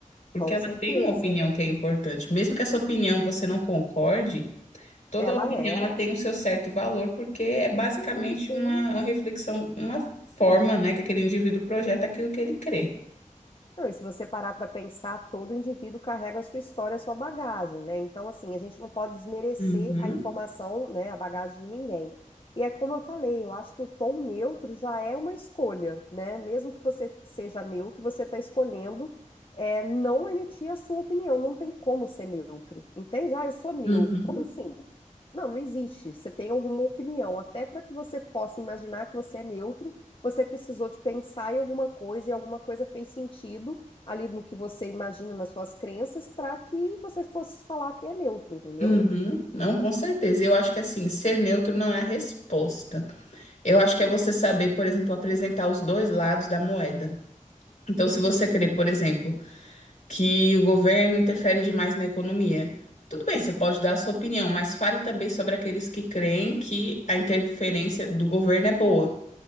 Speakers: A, on the left; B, on the left.
A: Porque
B: Com
A: ela
B: certeza.
A: tem uma opinião que é importante. Mesmo que essa opinião você não concorde, Toda
B: Ela
A: opinião
B: é.
A: ela tem o seu certo valor, porque é basicamente
B: Sim, sim.
A: uma, uma reflexão, uma forma, né, que aquele indivíduo projeta aquilo que ele crê.
B: Não, e se você parar para pensar, todo indivíduo carrega a sua história, a sua bagagem, né? Então, assim, a gente não pode desmerecer
A: Uhum,
B: a informação, né, a bagagem de ninguém. E é como eu falei, eu acho que o tom neutro já é uma escolha, né? Mesmo que você seja neutro, você está escolhendo é, não emitir a sua opinião. Não tem como ser neutro, entende? Ah, eu sou neutro.
A: uhum,
B: Como assim? Não, não existe. Você tem alguma opinião, até para que você possa imaginar que você é neutro. você precisou de pensar em alguma coisa e alguma coisa fez sentido ali no que você imagina nas suas crenças para que você fosse falar que é neutro, entendeu?
A: uhum. Não, com certeza. Eu acho que assim, ser neutro não é a resposta. Eu acho que é você saber, por exemplo, apresentar os dois lados da moeda. Então, se você crê, por exemplo, que o governo interfere demais na economia, tudo bem, você pode dar a sua opinião, mas fale também sobre aqueles que creem que a interferência do governo é boa.